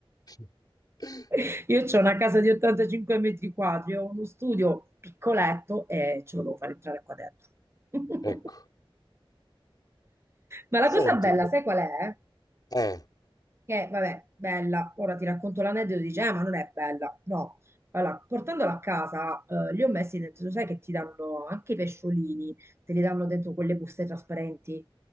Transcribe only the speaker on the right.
<laughs> Io ho una casa di 85 metri quadri, ho uno studio piccoletto e ce lo devo fare entrare qua dentro. <laughs>
Ma la cosa
bella, sai qual è?
Che, vabbè, bella, ora ti racconto l'aneddoto, dice, eh, ma non è bella. No, allora, portandola a casa, eh, li ho messi dentro, sai che ti danno anche i pesciolini, te li danno dentro quelle buste trasparenti.